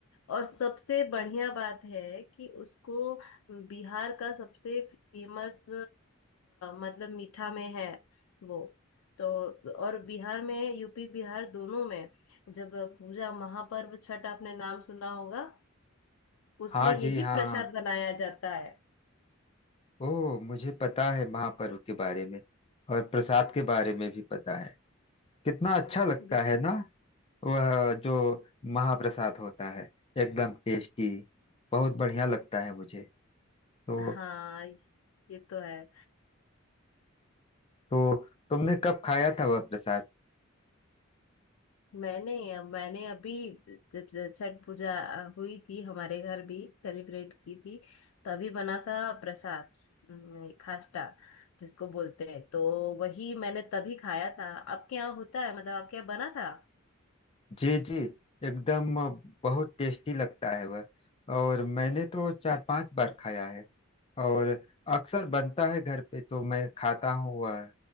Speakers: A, on the left; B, on the left.
A: और सबसे बढ़िया बात है कि उसको बिहार का सबसे फेमस मतलब मीठा में है वो तो और बिहार में यूपी बिहार दोनों में जब पूजा महापर्व छठ आपने नाम सुना होगा उसमें
B: हाँ
A: यही
B: जी हाँ
A: प्रसाद
B: हाँ।
A: बनाया जाता है
B: ओह मुझे पता है महापर्व के बारे में और प्रसाद के बारे में भी पता है कितना अच्छा लगता
A: बिल-
B: है ना वह जो महाप्रसाद होता है एकदम टेस्टी बहुत बढ़िया लगता है मुझे तो
A: हाँ ये तो है
B: तो तुमने कब खाया था वह प्रसाद
A: मैंने मैंने अभी जब जब छठ पूजा हुई थी हमारे घर भी सेलिब्रेट की थी तभी बना था प्रसाद अम, खास्टा जिसको बोलते हैं तो वही मैंने तभी खाया था आपके यहाँ होता है मतलब आपके यहाँ बना था
B: जी जी एकदम बहुत टेस्टी लगता है वह और मैंने तो चार पांच बार खाया है और
A: अ-
B: अक्सर बनता है घर पे तो मैं खाता हूँ वह